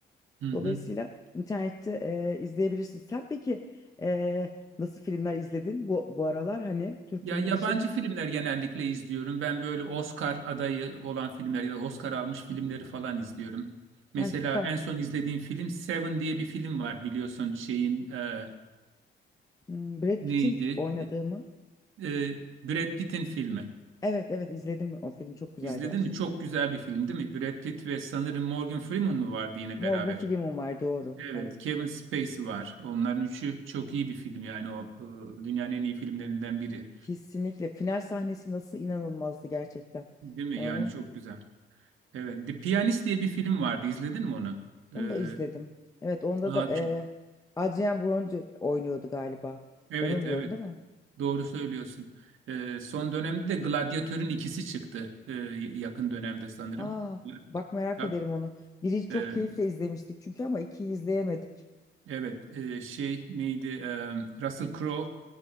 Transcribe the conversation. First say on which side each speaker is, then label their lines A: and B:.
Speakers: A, on the right; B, on the left.
A: Hı hı.
B: Dolayısıyla internette e, izleyebilirsin. Sen peki e, nasıl filmler izledin bu bu aralar? Hani Türk
A: Ya
B: filmi
A: yabancı
B: dışında
A: filmler genellikle izliyorum. Ben böyle Oscar adayı olan filmler ya da Oscar almış filmleri falan izliyorum. Mesela
B: Ay süper.
A: en son izlediğim film Seven diye bir film var biliyorsun şeyin e,
B: Hmm, Brad
A: neydi?
B: Pitt'in oynadığı mı?
A: E, e, Brad Pitt'in filmi.
B: Evet evet izledim o filmi çok güzel
A: İzledin
B: gerçekten.
A: mi? Çok güzel bir film değil mi? Brad Pitt ve sanırım Morgan Freeman mı vardı yine
B: Morgan
A: beraber?
B: Freeman var doğru.
A: Evet,
B: Evet.
A: Kevin Spacey var. Onların üçü çok iyi bir film yani o e, dünyanın en iyi filmlerinden biri.
B: Kesinlikle final sahnesi nasıl inanılmazdı gerçekten.
A: Değil mi?
B: Ben
A: Yani
B: onu
A: çok güzel. Evet, The Pianist diye bir film vardı. İzledin mi onu?
B: onu
A: Ee,
B: da izledim. Evet onda
A: aa,
B: da eee
A: ç-
B: Adrien Brody oynuyordu galiba.
A: evet,
B: Yanılmıyorum
A: evet.
B: değil mi?
A: Doğru söylüyorsun. Ee, son dönemde de Gladyatör'ün ikisi çıktı. Ee, yakın dönemde sanırım.
B: Aa bak merak
A: Ya,
B: ederim onu. Biri çok
A: e,
B: keyifle izlemiştik çünkü ama ikiyi izleyemedik.
A: evet, e, şey neydi? Ee, Russell Crowe.